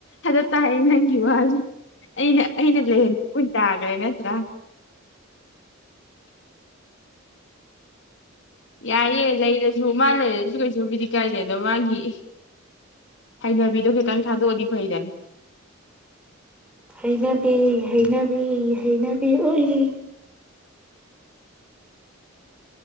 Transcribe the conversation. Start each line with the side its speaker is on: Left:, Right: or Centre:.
Left: ꯑꯗꯨꯇꯥꯏꯌꯦ ꯅꯪꯒꯤ ꯋꯥꯁꯦ ꯑꯩꯅ ꯑꯩꯅ ꯂꯩꯍꯟꯕ ꯇꯈ꯭ꯔꯦ ꯅꯠꯇ꯭ꯔꯥ ꯌꯥꯏꯌꯦ ꯂꯩꯔꯁꯨ ꯃꯥ ꯂꯩꯔꯁꯨ ꯀꯩꯁꯨꯕꯨꯗꯤ ꯀꯥꯏꯗꯦ ꯑꯗꯣ ꯃꯥꯒꯤ ꯍꯩꯅꯕꯤꯗꯣ ꯈꯤꯇꯪ ꯊꯥꯗꯣꯛꯑꯗꯤ ꯐꯩꯗꯅ
Centre: ꯍꯩꯅꯕꯤ ꯍꯩꯅꯕꯤ ꯍꯩꯅꯕꯤ ꯑꯣꯏꯔꯦ